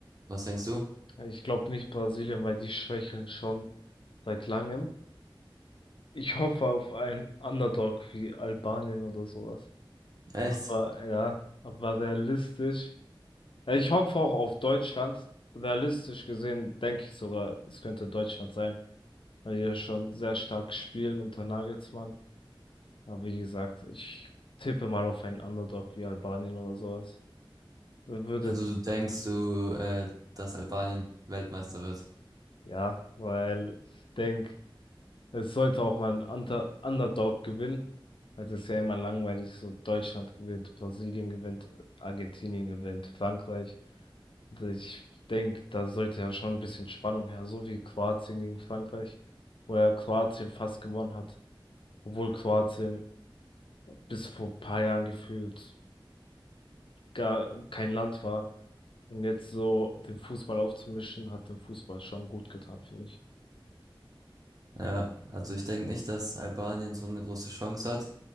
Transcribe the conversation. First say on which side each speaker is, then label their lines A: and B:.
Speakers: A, on the right; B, on the left.
A: Was denkst du?
B: Ich glaube nicht Brasilien, weil die schwächeln schon seit langem. Ich hoffe auf einen Underdog wie Albanien oder sowas.
A: Echt?
B: Aber ja, aber realistisch. Ja, Ich hoffe auch auf Deutschland. Realistisch gesehen denke ich sogar, es könnte Deutschland sein, weil die ja schon sehr stark spielen unter Nagelsmann. Aber wie gesagt, ich tippe mal auf einen Underdog wie Albanien oder sowas. Würde,
A: Also du denkst du, äh, dass Albanien Weltmeister wird?
B: ja, weil ich denke, Es sollte auch mal ein Unter Underdog gewinnen, weil es ist ja immer langweilig, so Deutschland gewinnt, Brasilien gewinnt, Argentinien gewinnt, Frankreich. Also Ich denke, da sollte ja schon ein bisschen Spannung her, so wie Kroatien gegen Frankreich, wo ja Kroatien fast gewonnen hat, obwohl Kroatien bis vor ein paar Jahren gefühlt gar kein Land war. Und jetzt so den Fußball aufzumischen, hat dem Fußball schon gut getan, finde ich.
A: Ja, also ich denke nicht, dass Albanien so eine große Chance hat